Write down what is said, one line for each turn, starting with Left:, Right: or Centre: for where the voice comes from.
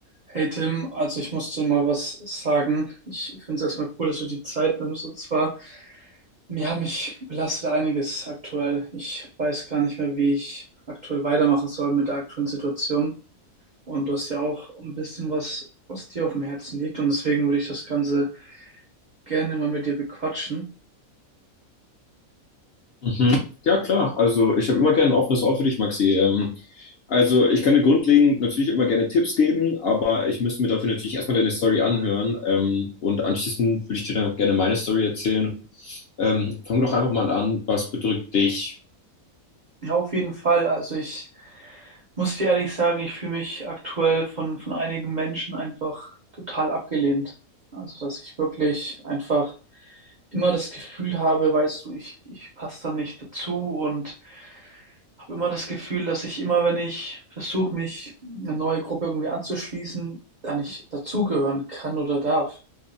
Right: Hey Tim, also ich muss dir mal was sagen. Ich finde es erstmal cool, dass du die Zeit nimmst. Und zwar, ja, mich belastet einiges aktuell. Ich weiß gar nicht mehr, wie ich aktuell weitermachen soll mit der aktuellen Situation. Und du hast ja auch ein bisschen was, was dir auf dem Herzen liegt. Und deswegen würde ich das Ganze gerne mal mit dir bequatschen.
Left: Mhm. Ja, klar. Also ich habe immer gerne ein offenes Ohr für dich, Maxi. Ähm, also ich kann dir grundlegend natürlich immer gerne Tipps geben, aber ich müsste mir dafür natürlich erstmal deine Story anhören. Ähm, und anschließend würde ich dir dann gerne meine Story erzählen. Ähm, fang doch einfach mal an. Was bedrückt dich?
Right: Ja, auf jeden Fall. Also ich muss dir ehrlich sagen, ich fühle mich aktuell von, von einigen Menschen einfach total abgelehnt. Also, dass ich wirklich einfach immer das Gefühl habe, weißt du, ich, ich passe da nicht dazu und habe immer das Gefühl, dass ich immer, wenn ich versuche, mich eine neue Gruppe irgendwie anzuschließen, da nicht dazugehören kann oder darf.